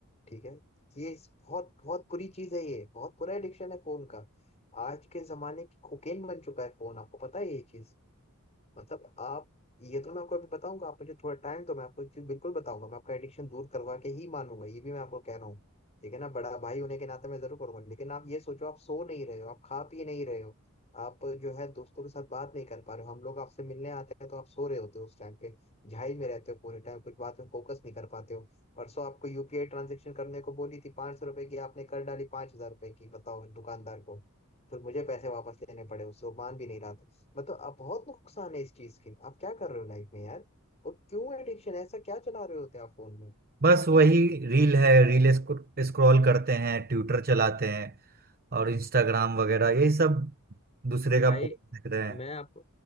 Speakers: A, on the left; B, on the right.
A: ठीक है ये इस- बहुत बहुत बुरी चीज है ये बहुत बुरा एडिक्शन है फोन का आज के जमाने की कोकेन बन चुका है फोन आपको पता है ये चीज मतलब आप ये तो मैं आपको अभी बताऊंगा आप मुझे थोड़ा टाइम दो मैं आपको एक चीज बिल्कुल बताऊंगा मैं आपका एडिक्शन दूर करवा के ही मानूंगा ये भी मैं आपको कह रहा हूँ ठीक है ना बड़ा भाई होने के नाते मैं जरूर करूंगा लेकिन आप ये सोचो आप सो नहीं रहे हो आप खा पी नहीं रहे हो आप जो है दोस्तों के साथ बात नहीं कर पा रहे हो हम लोग आपसे मिलने आते हैं तो आप सो रहे होते हो उस टाइम पे झाई में रहते हो पूरे टाइम कुछ बात में फोकस नहीं कर पाते हो परसों आपको यूपीआई ट्रांजेक्शन करने को बोली थी पांच सौ रुपए की आपने कर डाली पांच हजार रुपए की बताओ दुकानदार को फिर मुझे पैसे वापस लेने पड़े उससे वो मान भी नहीं रहा था मतलब अब बहुत नुकसान है इस चीज की आप क्या कर रहे हो लाइफ में यार और क्यों एडिक्शन ऐसा क्या चला रहे होते आप फोन में
B: बस वही रील है रील स्क्रॉल करते हैं ट्विटर चलाते हैं और इंस्टाग्राम वगैरह यही सब दूसरे का
A: भाई
B: पोस्ट देख रहे हैं
A: मैं आप